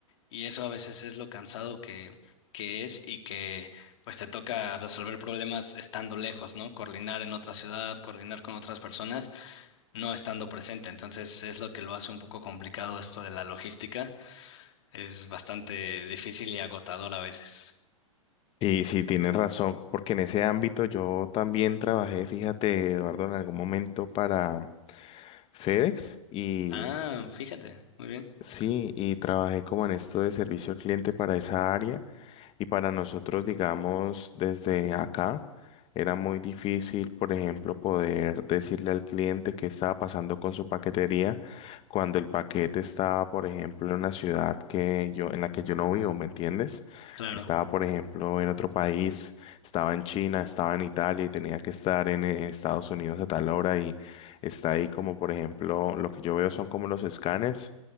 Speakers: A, on the left; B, on the left.
A: Y eso a veces es lo cansado que, que es y que pues te toca resolver problemas estando lejos, ¿no? Coordinar en otra ciudad, coordinar con otras personas, no estando presente. Entonces es lo que lo hace un poco complicado esto de la logística. Es bastante difícil y agotador a veces.
B: Y sí, tienes razón, porque en ese ámbito yo también trabajé, fíjate Eduardo, en algún momento para FedEx y
A: Ah, fíjate, muy bien.
B: sí, y trabajé como en esto de servicio al cliente para esa área. Y para nosotros, digamos, desde acá, era muy difícil, por ejemplo, poder decirle al cliente qué estaba pasando con su paquetería cuando el paquete estaba, por ejemplo, en una ciudad que yo, en la que yo no vivo, ¿me entiendes?
A: Claro,
B: Que estaba, por ejemplo, en otro país, estaba en China, estaba en Italia y tenía que estar en eh, Estados Unidos a tal hora y está ahí como, por ejemplo, lo que yo veo son como los escáneres.